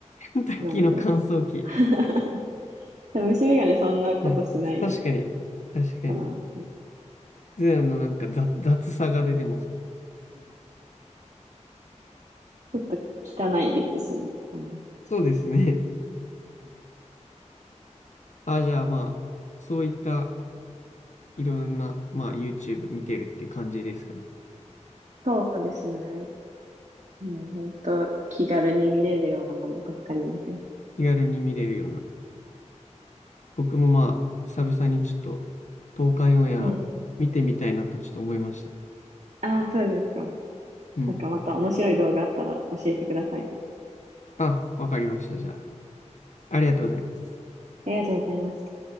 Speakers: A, on the left (about 70°); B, on the right (about 70°).
A: ケンタッキーの乾燥機。
B: なんで、<laughs> 多分虫眼鏡そんなことしない
A: はい、確かに、確かに。
B: かなって。
A: ツヤのなんか雑、雑さが出てますね。
B: ちょっと汚いですしね、そんな。
A: そうですね。あ、じゃあまあ、そういったいろんな、まあ、YouTube 見てるって感じですかね。
B: そうですね。もう本当気軽に見れるようなものばっかり見てます。
A: 気軽に見れるような。僕もまあ、久々にちょっと、東海オンエア見てみたいなとちょっと思いました。
B: はい。ああ、そうですか。
A: うん。
B: なんかまた面白い動画あったら教えてください。
A: あ、わかりました。じゃあ、ありがとうございます。
B: ありがとうございました。